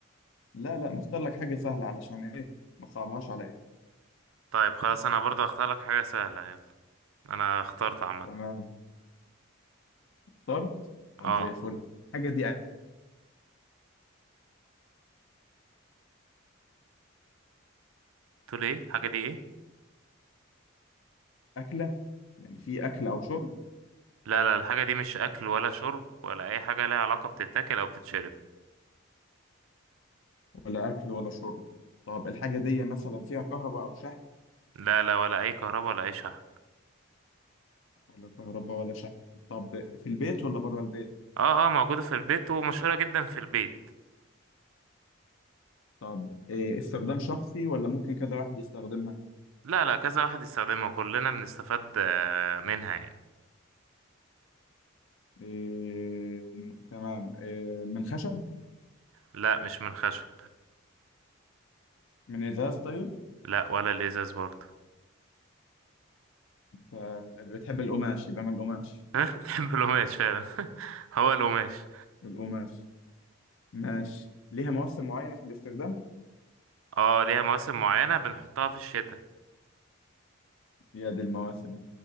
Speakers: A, on the left (about 70°); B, on the right (about 75°).
A: لا لا مختار لك حاجة سهلة علشان ايه ما تصعبهاش عليا
B: طيب خلاص انا برضو هختار لك حاجة سهلة يلا انا اخترت عامة
A: تمام اخترت طب
B: اه
A: زي الفل الحاجة دي
B: تقول ايه الحاجة دي ايه
A: أكلة يعني في أكل أو شرب
B: لا لا الحاجة دي مش اكل ولا شرب ولا اي حاجة لها علاقة بتتاكل او بتتشرب
A: ولا أكل ولا شرب طب الحاجة دي مثلا فيها كهرباء أو شحن
B: لا لا ولا اي كهرباء ولا اي شحن
A: ولا كهرباء ولا شحن طب في البيت ولا بره البيت
B: اه اه موجودة في البيت ومشهورة جدا في البيت
A: طب إيه استخدام شخصي ولا ممكن كذا واحد يستخدمها
B: لا لا كذا واحد يستخدمها كلنا بنستفاد آه، منها يعني
A: إيه ومن تمام إيه من خشب
B: لا مش من الخشب
A: من إزاز طيب
B: لا ولا الازاز برضه
A: انت بتحب القماش يبقى من القماش
B: <laughs> بحب القماش فعلا <laughs> هو القماش
A: القماش ماشي ليها مواسم معينة في الاستخدام
B: اه ليها مواسم معينة بنحطها في الشتاء
A: يا دي المواسم